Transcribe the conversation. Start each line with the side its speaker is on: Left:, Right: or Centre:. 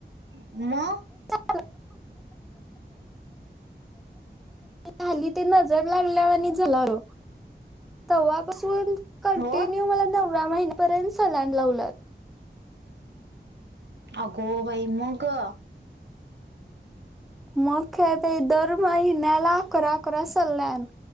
Right: म
Centre: <inaudible> हल्ली ते नजर लागल्या वाणीच झालं अगं तवापासून कंटिन्यू
Right: होय
Centre: मला नवव्या महिन्यापर्यंत सलाईन लावल्यात.
Right: आगोबाई मग
Centre: म काय बाई दर महिन्याला अकरा अकरा सलाईन.